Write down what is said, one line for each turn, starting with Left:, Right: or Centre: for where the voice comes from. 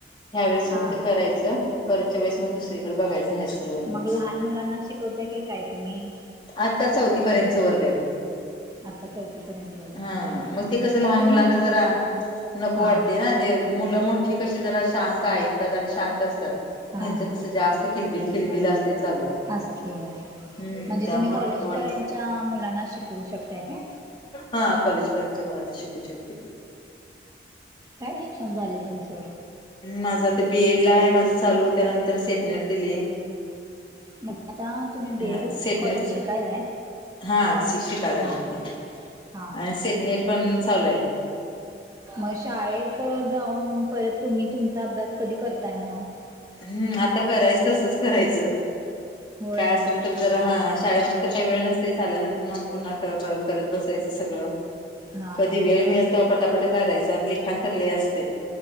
Left: ह्यावेेळेस
Right: हां
Left: फक्त
Right: हां
Left: करायच. परतच्या वेळेस मग दुसरीकडे बघायचं हायस्कूल वरतीच.
Right: मग लहान मुलांना शिकवताय काय काय तुम्ही
Left: आत्ता चौथी पर्यंत वर्ग हेत.
Right: आता चौथीपर्यंत वगैरे
Left: हा मग ते कस
Right: पण
Left: लहान
Right: तुम्ही
Left: मुलांना जरा नको
Right: हां
Left: वाटते ना ते मुलं मोठी कशी जरा शांत ऐकतात आणि शांत असतात.
Right: हां
Left: ह्यांचं
Right: हां
Left: कस जास्ती खिलबिल, खिलबिल असते चालू.
Right: असत म्हणजे
Left: हम्म त्यामुळे
Right: तुम्ही कॉलेज
Left: नको वाटते
Right: पर्यंतच्या मुलांना शिकवू शकताय का?
Left: हा कॉलेज पर्यंतच्या मुलांना शिकू शकते.
Right: काय शिक्षण झालंय तुमच?
Left: माझ ते बी, ए, ड ला आहे माझं चालू त्यानंतर सेटनेट दिलीये.
Right: मग आता तुम्ही बी,
Left: हा
Right: ए, ड
Left: सेटनेटच
Right: कॉलेज शिकायलाय?
Left: हा शी शिकाय लागली
Right: हां हां
Left: की
Right: हां
Left: आणि सेटनेट पण चालू आहे.
Right: म शाळेत जाऊन परत तुम्ही तुमचा अभ्यास कधी करताय मग?
Left: हम्म, आता करायच तसच करायच
Right: होय
Left: काय असेल तर जर हा शाळेमध्ये तर काही वेळ नसते आल्यानंतर मग पुन्हा करत बसायचं सगळं.
Right: हा
Left: कधी
Right: हा हा
Left: वेळ मिळेल तवा पटापटा करायच आणि लिखान तर लय असते.